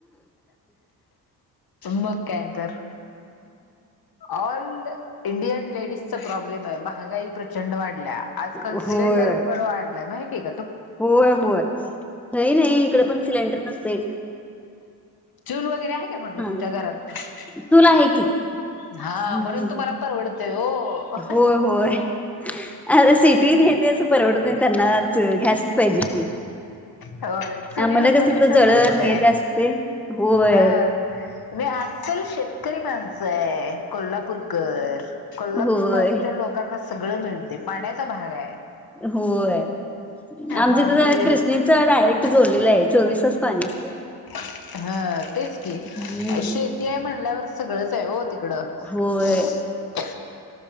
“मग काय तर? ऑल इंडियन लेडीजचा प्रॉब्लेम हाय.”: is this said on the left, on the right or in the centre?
Left